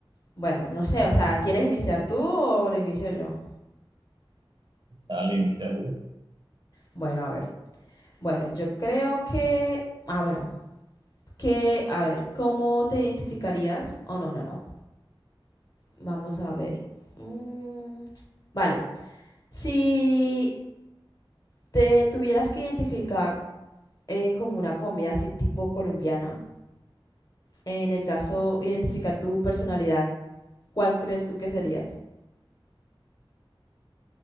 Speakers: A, on the left; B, on the right.
A: Bueno, no sé, o sea, ¿quieres iniciar tú o lo inicio yo?
B: Dale, inicia tú.
A: Bueno, a ver. Bueno, yo creo que, ah, bueno, que, a ver, ¿cómo te identificarías? Oh, no, no, no. Vamos a ver. Mm, Vale. Si te tuvieras que identificar eh, como una comida así tipo colombiana, en el caso identificar tu personalidad, ¿cuál crees tú que serías?